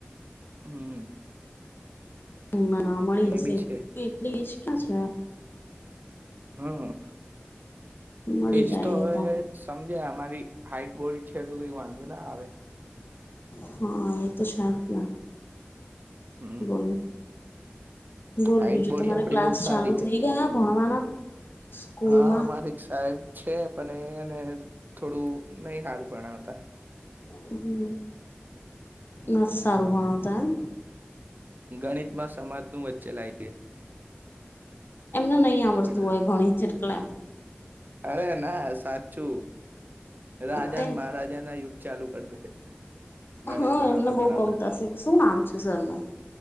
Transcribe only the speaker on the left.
હમ ના ના મળી
હશે
એટલી એજ ક્યાં છે
મળી
જાય
એ
હા એ તો છે, જ ને.
બોલો બોલ
બીજું
તમારે
ક્લાસ
ચાલુ
થઈ ગયા ભણવાના? સ્કૂલમાં?
હમ મસ સારું ભણાવતા એમ
એમને નહી આવડતું
હોય ગણિત જેટલા
તે
હા
એમને બહુ
ગમતા હશે શું નામ છે સરનું